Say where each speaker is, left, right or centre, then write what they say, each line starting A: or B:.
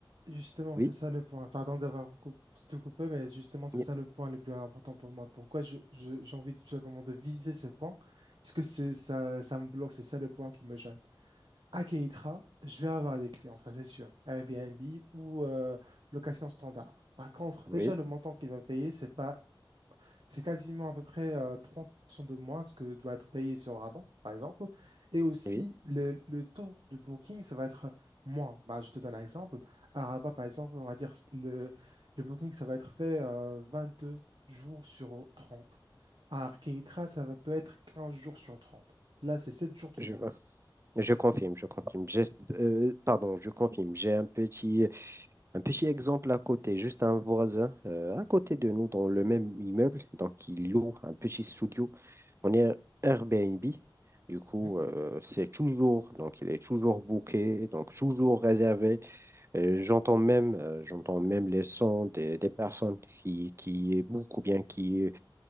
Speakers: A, on the right; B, on the right.
A: Justement,
B: Oui,
A: c'est ça le point. Pardon d'avoir vous coup- te coupé, mais justement, c'est
B: oui,
A: ça le point le plus important pour moi. Pourquoi je, je- j'ai envie tout simplement de viser ce point? Parce que c'est ça, ça me bloque, c'est ça le point qui me gêne. À Kenitra, je vais avoir des clients, ça c'est sûr. Airbnb ou euh, location standard. Par contre,
B: oui,
A: déjà, le montant qu'il va payer, c'est pas c'est quasiment à peu près euh, 30% de moins ce que doit être payé sur Rabat, par exemple. Et aussi,
B: oui,
A: le, le taux de booking, ça va être moins. Bah, je te donne un exemple. À Rabat, par exemple, on va dire le, le booking, ça va être fait euh, 22 jours sur 30. À Arkinitra, ça va peut être 15 jours sur 30. Là, c'est 7 jours qui
B: je
A: manquent.
B: vois. Je confirme, je confirme. J'ai- euh, pardon, je confirme. J'ai un petit, un petit exemple à côté, juste un voisin euh, à côté de nous dans le même immeuble. Donc, il loue un petit studio. On est Airbnb. Du coup,
A: Mhm.
B: euh, c'est toujours, donc il est toujours booké, donc toujours réservé. Euh, J'entends même, euh, j'entends même les sons des, des personnes qui, qui bookent ou bien qui,